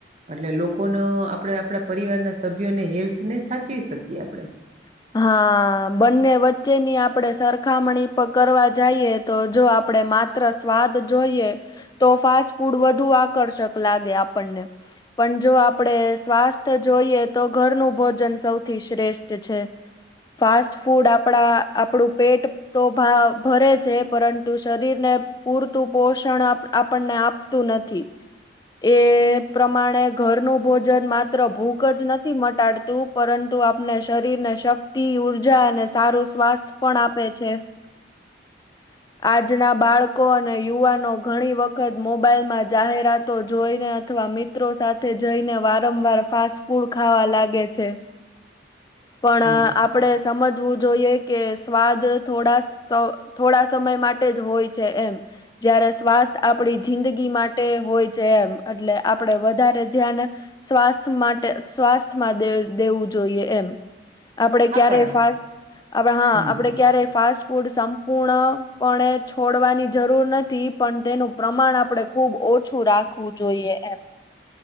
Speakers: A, on the right; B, on the left.
A: એટલે લોકો લોકોનો આપણે આપણા પરિવારના સભ્યોને હેલ્થને સાચવી શકીએ આપણે.
B: <inaudible> હા બંને વચ્ચે ની આપણેે સરખામણી પર કરવા જઈએ તો જો આપડે માત્ર સ્વાદ જોઈએ તો ફાસ્ટ ફૂડ વધુ આકર્ષક લાગે આપણને. પણ જો આપડે સ્વાસ્થ્ય જોઈએ તો ઘરનું ભોજન સૌથી શ્રેષ્ઠ જે છે ફાસ્ટ ફૂડ આપણા આપણું પેટ તો ભરે છે પરંતુ શરીરને પૂરતું પોષણ આપણને આપતું નથી. એ પ્રમાણે ઘરનું ભોજન માત્ર ભૂખ જ નથી મટાડતું પરંતુ આપણે શરીર ને શક્તિ ઉર્જા અને સારું સ્વાસ્થ પણ આપે છે. <inaudible> આજના બાળકો અને યુવાનો ઘણી વખત મોબાઈલ માં જાહેરાતો જોઈને અથવા મિત્રો સાથે જઈને વારંવાર ફાસ્ટ ફૂડ ખાવા લાગે છે. પણ
A: હમ
B: આપડે સમજવું જોઈએ કે સ્વાદ થોડા થોડા સમય માટે જ હોય છે એમ. જયારે સ્વાસ્થ આપડી જિંદગી માટે હોય છે એમ એટલે આપડે વધારે ધ્યાન સ્વાસ્થ માટે સ્વાસ્થ્યમાં દેવું જોઈએ. જોઈએ એમ આપડે
A: હા
B: ક્યારે
A: પણ
B: ફાસ્ટ
A: હા
B: હા
A: હમ
B: આપડે ક્યારે ફાસ્ટ ફૂડ સંપૂર્ણપણે છોડવાની જરૂર નથી પણ તેનું પ્રમાણ આપણે ખૂબ ઓ ઓછું રાખવું જોઈએ એમ.